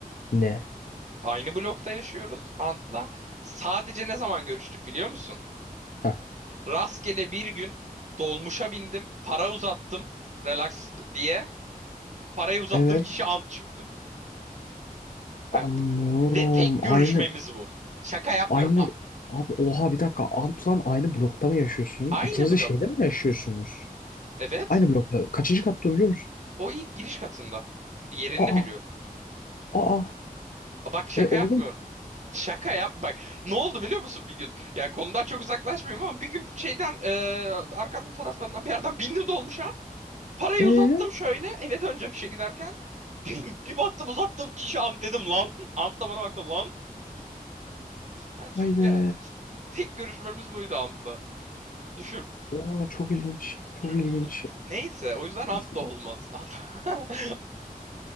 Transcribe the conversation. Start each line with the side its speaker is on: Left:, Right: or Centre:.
Left: Ne?
Right: Aynı blokta yaşıyoruz Ant'la. Sadece ne zaman görüştük biliyor musun?
Left: Ha.
Right: Rastgele bir gün dolmuşa bindim, para uzattım, relax diye. Parayı uzattığım
Left: Evet.
Right: kişi Ant çıktı. Ha,
Left: Anlıyorum.
Right: b- ve tek görüşmemiz
Left: Aynı
Right: bu. Şaka yapmıyorum.
Left: aynı
Right: A-
Left: abi oha bir dakika Ant'la aynı blokta mı yaşıyorsun?
Right: aynı
Left: İkiniz
Right: blokta.
Left: de şeyde mi yaşıyorsunuz?
Right: Evet.
Left: Aynı blokta. Kaçıncı katta biliyor musun?
Right: O ilk giriş katında. Yerini
Left: Aa.
Right: biliyorum.
Left: Aa.
Right: Bak şaka
Left: E oğlum.
Right: yapmıyorum. Şaka yap bak. Ne oldu biliyor musun bir gün? Ya konudan çok uzaklaşmayayım ama bir gün şeyden e, arkamın taraflarından bir yerden bindi dolmuşa. Parayı
Left: E
Right: uzattım şöyle eve döneceğim işe giderken. <laughs> Bir baktım uzattığım kişi Ant dedim lan. Ant da bana baktı lan. Yani şu,
Left: haydi.
Right: ya, tek görüşmemiz buydu Ant'la. Düşün.
Left: Oha çok ilginç. Çok
Right: Çok
Left: ilginç.
Right: ilginç. Neyse o yüzden
Left: Neyse.
Right: Ant da olmaz. <laughs>